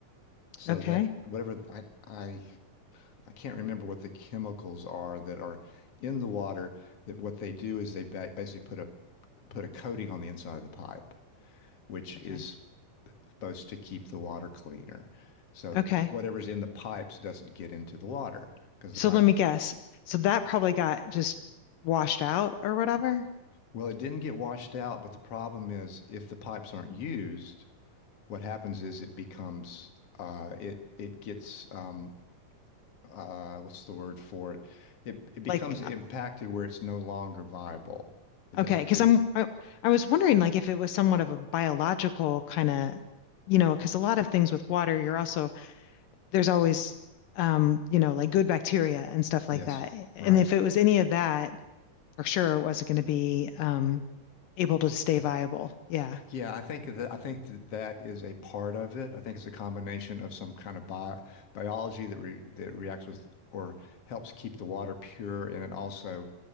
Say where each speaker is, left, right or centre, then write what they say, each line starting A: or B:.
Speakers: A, on the left; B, on the left.
A: So
B: Okay.
A: that whatever I I I can't remember what the chemicals are that are in the water that what they do is they ba basically put a put a coating on the inside of the pipe, which
B: Okay.
A: is supposed to keep the water cleaner. So the
B: Okay.
A: whatever's in the pipes doesn't get into the water because
B: So
A: the pipes
B: let me
A: are,
B: guess. So that probably got just washed out or whatever.
A: well, it didn't get washed out, but the problem is if the pipes aren't used, what happens is it becomes uh, it it gets um, uh, what's the word for it? It it becomes
B: Like,
A: impacted
B: uh,
A: where it's no longer viable. It
B: okay,
A: doesn't
B: because
A: do
B: I'm I, I was wondering like if it was somewhat of a biological kind of, you know, because a lot of things with water, you're also there's always um, you know, like good bacteria and stuff like
A: yes,
B: that. And
A: right.
B: if it was any of that, for sure it wasn't going to be um able to stay viable. Yeah.
A: Yeah, I think that I think that that is a part of it. I think it's a combination of some kind of bi biology that re that reacts with or helps keep the water pure, and it also